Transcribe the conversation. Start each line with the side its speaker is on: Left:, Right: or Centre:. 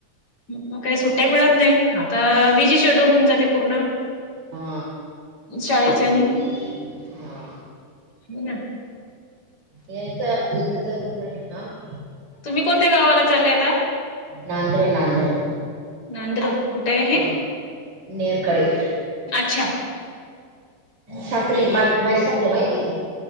Left: मग काही सुट्ट्या मिळत नाही आता बिजी शेड्यूल होऊन जाते पूर्ण
Right: हा
Left: शाळेच्या आणि
Right: हा.
Left: ह ना.
Right: या तर इकडे जर उपरल हा <inaudible>
Left: तुम्ही कोणत्या? गावाला चालले आता.
Right: नांद्र, नांद्र.
Left: नांद्र कुठे? आहे हे.
Right: हा नेरकडे.
Left: अच्छा
Right: साखरी मा साखरी माहिती?